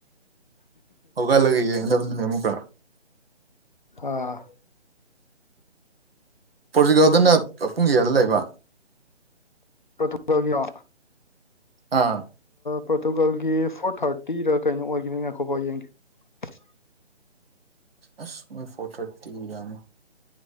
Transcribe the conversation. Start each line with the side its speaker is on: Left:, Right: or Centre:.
Right: ꯍꯧꯒꯂꯒꯩꯌꯦꯃꯨ ꯀ
Left: ꯑꯥ
Right: ꯄꯣꯔꯇꯨꯒꯜꯗꯅ ꯄꯨꯡ ꯀꯌꯥꯗ ꯂꯩꯕ
Left: ꯀ ꯇꯒꯣ
Right: ꯑꯥ
Left: ꯄꯣꯔꯇꯨꯒꯥꯜꯒꯤ ꯐꯣꯔ ꯊꯥꯔꯇꯤꯗ ꯀꯩꯅꯣ ꯑꯣꯏꯒꯅꯤꯅꯈꯣꯀꯣ ꯌꯦꯡꯒꯦ
Right: ꯑꯁ ꯃ ꯐꯣꯇꯣ ꯌꯥꯅꯤ